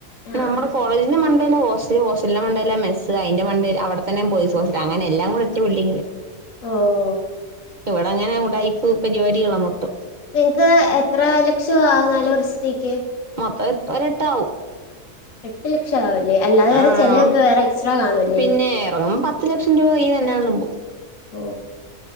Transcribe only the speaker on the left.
ആഹ്
ആഹ്
ഓഹ്‌
നിങ്ങക്ക് എത്ര ലക്ഷവാ നാല് വർഷത്തേക്ക്?
എട്ട് ലക്ഷം ആവൂല്ലേ അല്ലാതെ വേറെ
ചെലവൊക്കെ വേറെ എക്സ്ട്രാ കാണുവല്ലേ
ഓ